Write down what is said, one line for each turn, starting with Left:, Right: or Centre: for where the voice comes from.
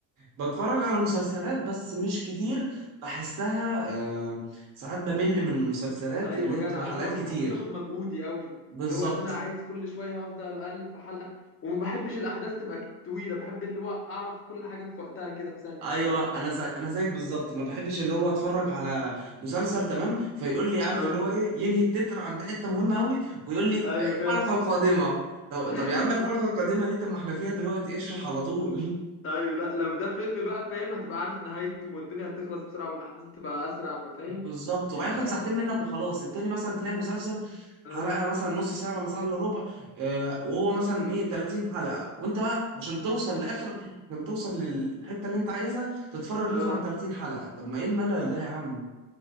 Right: بتفرج على مسلسلات بس مش كتير بحسها آه ساعات بمل من المسلسلات
Left: ايوه
Right: اللي هي
Left: جدع
Right: بتبقى حلقات
Left: انا برضو
Right: كتير
Left: بحسها تاخد مجهودي قوي
Right: بالظبط
Left: ان هو ان انا عايز كل شويه هفضل اقلب في حلقه وما بحبش الاحداث تبقى طويله بحب اللي هو اعرف كل حاجه في وقتها كده في ثانيه
Right: ايوه
Left: في ثانيه
Right: انا زي انا زيك بالظبط ما بحبش اللي هو اتفرج على مسلسل تمام فيقول لي عارف
Left: اه
Right: اللي هو ايه ينهي التتر عند حته مهمه قوي ويقول لي
Left: ايوه
Right: "إيه، الحلقه
Left: جدع
Right: القادمه طب
Left: <laughs>
Right: طب يا عم الحلقه القادمه دي طب ما احنا فيها دلوقتي اشرح على طول
Left: ايوه لا لو ده فيلم بقى فاهم هتبقى عارف نهايته والدنيا هتخلص بسرعه والاحداث بتبقى اسرع
Right: <laughs>
Left: ففاهم
Right: بالظبط وهياخد
Left: بيبقى
Right: ساعتين
Left: اجمل
Right: منك وخلاص التاني مثلا تلاقي مسلسل
Left: اه
Right: حلقه مثلا نص ساعه ولا ساعه الا ربع آه وهو مثلا ايه 30 حلقه وانت بقى عشان توصل لاخر عشان توصل للحته اللي انت عايزها تتفرج
Left: اه
Right: لازم على 30 حلقه طب ما ايه الملل
Left: صح
Right: ده يا عم